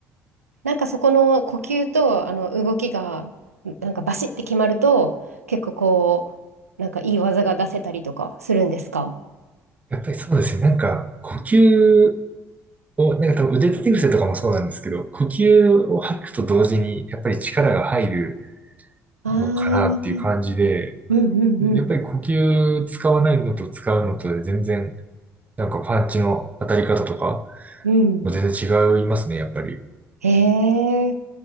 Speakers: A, on the right; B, on the right.
A: なんかそこの呼吸とあの動きが、なんかバシッて決まると、結構こう、なんかいい技が出せたりとかするんですか
B: やっぱりそうですね、なんか、呼吸を、なんか多分腕立て伏せとかもそうなんですけど、呼吸を吐くと同時に、やっぱり力が入る
A: ああー、
B: のかなっていう感じで、
A: うんうんうん。
B: やっぱり呼吸使わないのと使うのとで全然、なんかパンチの当たり方とか、も
A: うん。
B: う全然違いますね、やっぱり。
A: へえ、